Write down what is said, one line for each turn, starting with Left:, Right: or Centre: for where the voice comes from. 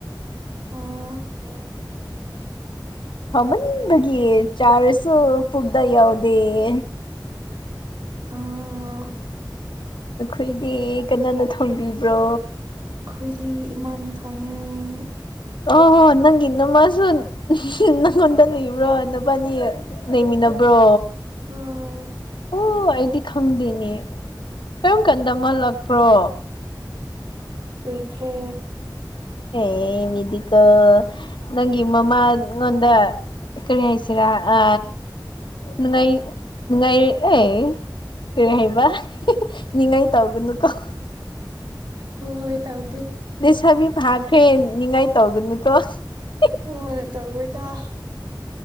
Right: ꯑꫭ <unintelligible>
Left: ꯍꯥꯎꯃꯟꯕꯒꯤ ꯆꯥꯔꯁꯨ ꯄꯨꯛꯗ ꯌꯥꯎꯗꯤꯌꯦ
Right: ꯎꯝ
Left: ꯅꯈꯣꯏꯗꯤ ꯀꯅꯥꯅ ꯊꯣꯡꯕꯤꯕ꯭ꯔꯣ
Right: ꯑꯈꯨꯏꯗꯤ ꯏꯃꯥꯅ ꯊꯣꯡꯉꯦ
Left: ꯑꯣ ꯍꯣ ꯅꯪꯒꯤ ꯅꯃꯥꯁꯨ <unintelligible> ꯅꯪꯉꯣꯟꯗ ꯂꯩꯕ꯭ꯔꯣ ꯅꯕꯥꯅꯤ ꯂꯩꯃꯤꯟꯅꯕ꯭ꯔꯣ
Right: ꯍꯣꯏ
Left: ꯑꯣ ꯑꯩꯗꯤ ꯈꯪꯗꯦꯅꯦ ꯀꯔꯝ ꯀꯥꯟꯗ ꯃꯥ ꯂꯥꯛꯄ꯭ꯔꯣ
Right: ꯀꯨꯏꯈ꯭ꯔꯦ
Left: <unintelligible> ꯃꯤ ꯗꯤꯀꫭ ꯅꯪꯒꯤ ꯃꯃꯥꯉꯣꯟꯗ ꯀꯔꯤ ꯍꯥꯏꯁꯤꯔ ꯑ ꯅꯨꯡꯉꯥꯏ ꯅꯨꯡꯉꯥꯏ ꯑꯦ ꯀꯔꯤ ꯍꯥꯏꯕ <unintelligible> ꯅꯤꯡꯉꯥꯏ ꯇꯧꯒꯅꯨꯀꯣ <unintelligible>
Right: ꯍꯣꯏ ꯇꯧ
Left: ꯂꯩꯁꯥꯕꯤ ꯐꯥꯈ꯭ꯔꯦ ꯅꯤꯡꯉꯥꯏ ꯇꯧꯒꯅꯨꯀꯣ <unintelligible>
Right: ꯍꯣꯏ <unintelligible>